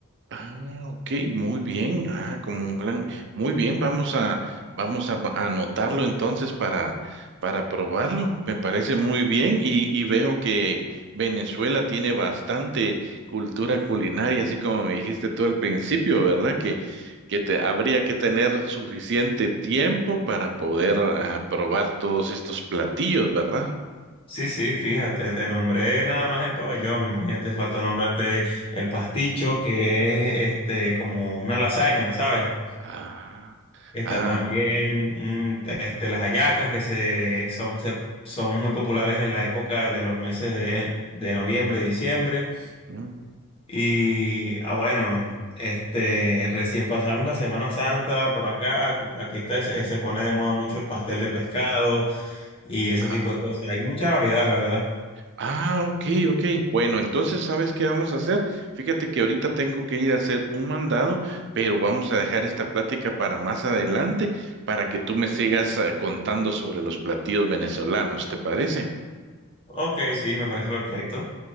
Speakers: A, on the right; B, on the left.
A: Ah, ok, muy bien. Ah, como un plan. Muy bien, vamos a, vamos a, ba- a anotarlo entonces para, para probarlo. Me parece muy bien y, y veo que Venezuela tiene bastante cultura culinaria, así como me dijiste tú al principio, ¿verdad? Que, que te, habría que tener suficiente tiempo para poder ah, probar todos estos platillos, ¿verdad?
B: Sí, sí, fíjate, te nombré nada más el pabellón. Imagínate, falta nombrarte el pasticho, que es este, como una lasaña, ¿sabes?
A: Ah,
B: Está
A: ah,
B: también mm, este, las hallacas que se, son, se- son muy populares en la época de los meses de, de noviembre, diciembre.
A: mm,
B: Y ah, bueno, este, recién pasamos la Semana Santa por acá, que por aquí está, se, se pone de moda mucho el pastel de pescado y ese
A: ah.
B: tipo de cosas. Hay mucha variedad, la verdad.
A: Ah, ok, ok. Bueno, entonces, ¿sabes qué vamos a hacer? Fíjate que ahorita tengo que ir a hacer un mandado, pero vamos a dejar esta plática para más adelante, para que tú me sigas eh, contando sobre los platillos venezolanos, ¿te parece?
B: Ok, sí, me parece perfecto.